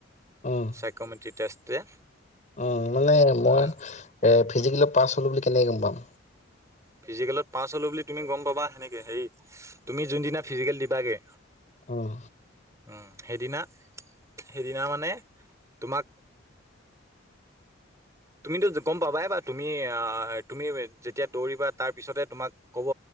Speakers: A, on the left; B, on the right.
A: উম
B: চাইক'মেট্ৰি টেষ্টে
A: উম মই
B: উম
A: এ, ফি পাছ হলো বুলি কেনেকে গম পাম?
B: ফিজিকেলত পাছ হলো বুলি তুমি গম পাবা সেনেকে, হেৰি তুমি যোনদিনা ফিজিকেল দিবাগে
A: অঁ।
B: উম' সেইদিনা সেইদিনা মানে তোমাক তুমিতো গম পাবা, এবা তুমি তুমি যেতিয়া দৌৰিবা তাৰ পিছতে তোমাক ক'ব